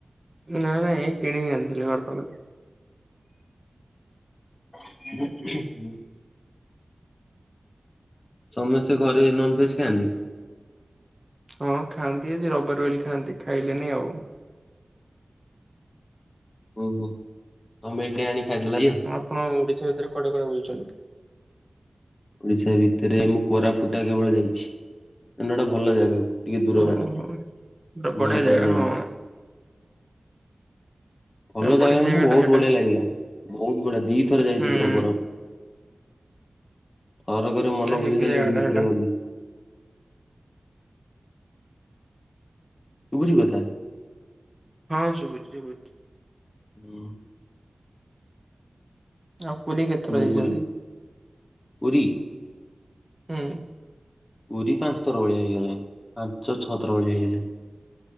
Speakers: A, on the right; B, on the left.
A: ନାଁ, ଏଇ କିଣିକି ଆଣିଥିଲି ଘର୍ ପାଖୁରୁ।
B: <inaudible> ସମସ୍ତେ ଘରେ ନନଭେଜ୍ ଖାଆନ୍ତି।
A: ହଁ, ଖାଆନ୍ତି ଆଜି ରବିବାର ଵୋଲି ଖାଆନ୍ତି ଖାଇଲେନି ଆଉ।
B: ଓହୋ! ଟମେ ଏକା ଆଣି ଖାଇଦେଲନି।
A: ଆପଣ ଓଡିଶା ଭିତରେ କୁଆଡେ କୁଆଡେ ବୁଲଚନ୍ତି?
B: ଓଡିଶା ଭିତରେ ମୁଁ କୋରାପୁଟ ଟା କେବଳ ଜାଇଚି, ମାନେ ଗୋଟେ ଭଲ ଜାଗାକୁ। ଟିକେ ଦୂର
A: ଓହୋ
B: ବାଟ
A: ବଢିଆ
B: ନଲେ
A: ଜାଗା
B: କୁଆଡେ ଯାଇନି।
A: ହଁ
B: ଭଲ
A: ବଢିଆ
B: ଜାଗା ମାନେ ବହୁତ
A: ଟା ସେଇଟା
B: ବଢିଆ ଲାଗିଲା ବହୁତ ବଢିଆ ଦିଥର ଯାଇଚି
A: ହୁଁ।
B: ପୁରା କୋରାପୁ। ଥରକରେ ମନ
A: ପୁରା ହେବି
B: ବୁଝିଲାନି
A: ଜାଗାଟା
B: ଦି
A: ହେଟା
B: ଥର ଗଲି। ସୁବୁଚି କଥା।
A: ହଁ ଶୁଭୁଚି ଶୁଭୁଚି।
B: ହୁଁ।
A: ଆଉ ପୁରୀ କେତେଥର
B: ହୁଁ
A: ଯାଇଛନ୍ତି,
B: ବୁଲି ପୁରୀ
A: ହୁଁ।
B: ପୁରୀ ପାଞ୍ଚ ଥର ଭଳିଆ ହେଇଗଲାଣି ପାଞ୍ଚ ଛଅଥର ଭଳିଆ ହେଇଗଲାଣି।